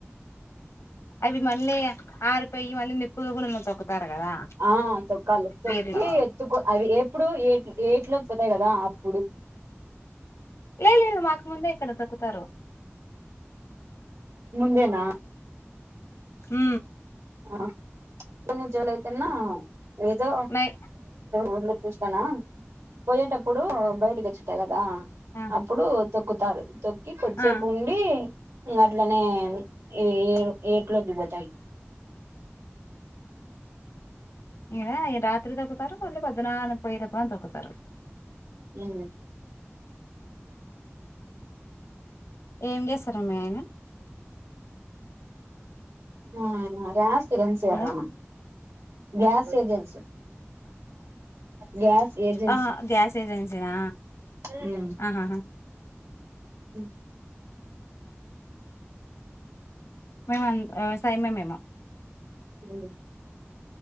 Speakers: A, on the left; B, on the right.
A: అవి మళ్ళీ ఆరిపోయి మళ్ళీ నిప్పులు గూడ తొక్కుతారు కదా
B: ఆ తొక్కాలి తొక్కి
A: పీర్లో
B: ఎత్తుకో అవి ఎప్పుడు ఏ ఏట్లోకి పోతాయి కదా అప్పుడు
A: లే లేదు మాకు ముందే ఇక్కడ దొక్కుతారు
B: ముందేన
A: హు
B: ఆ కొన్ని జూలై కిన్నా ఏదో
A: నై
B: ఊళ్ళ చూస్తాన పోయేటప్పుడు బయటకి వచ్చిటాయ్ కదా
A: ఆ
B: అప్పుడు తొక్కుతారు తొక్కి కొద్దిసేపు
A: ఆ
B: ఉండి అట్లనే <unintelligible>
A: ఇన ఈ రాత్రి తొకుతారు మళ్ళీ పద్నాలు <unintelligible> అ తొకుతారు
B: ఉ
A: ఏం చేస్తరు మీ ఆయన
B: ఆ <unintelligible>
A: hello
B: gas agency gas agency
A: ఆహా గ్యాస్ ఏజెన్సీనా
B: హు
A: ఆహాహా
B: అ
A: మేము వ్యవసాయమే మేము
B: ఉ